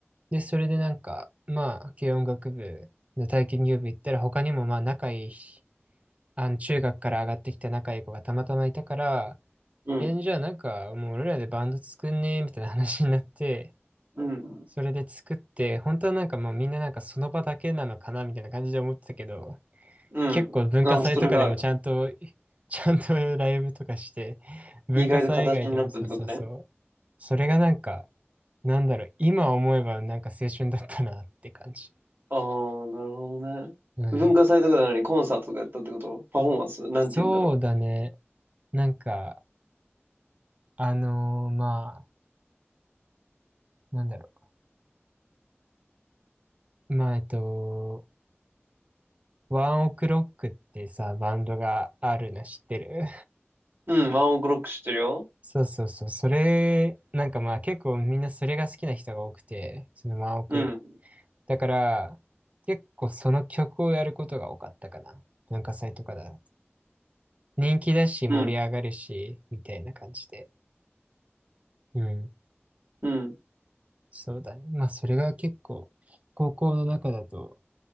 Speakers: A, on the right (about 30°); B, on the right (about 50°).
A: で、それでなんか、まあ軽音楽部の体験入部行ったら他にもまあ仲いい、あの中学から上がってきた仲いい子がたまたまいたから、
B: うん。
A: え、じゃあなんかもう俺らでバンド作んねみたいな話になって、
B: うん。
A: それで作って、本当はなんかもうみんななんかその場だけなのかなみたいな感じで思ってたけど、
B: うん。
A: 結構文化祭とかでもちゃんと、
B: あ、もうそれが
A: ちゃんとライブとかして、文化祭以外でもそうそうそう。
B: 意外と形になったってことね。
A: それがなんか、なんだろう、今思えばなんか青春だったなって感じ。
B: ああ、なるほどね。
A: うん。
B: 文化祭とかなのにコンサートとかやったってことパフォーマンスなんて言うんだろ
A: そうだね。なんか、あのーまあ、なんだろう。まあ、えっと、ワンオクロックってさ、バンドがあるの知ってる
B: う。うん、ワンオクロック知ってるよ。
A: そうそうそう。それ、なんかまあ結構みんなそれが好きな人が多くて、そのワンオク
B: うん、
A: だから、結構その曲をやることが多かったかな。文化祭とかだ。人気だし、盛り上がるし、
B: うん、
A: みたいな感じで。うん。
B: うん。
A: そうだね。まあ、それが結構、高校の中だと、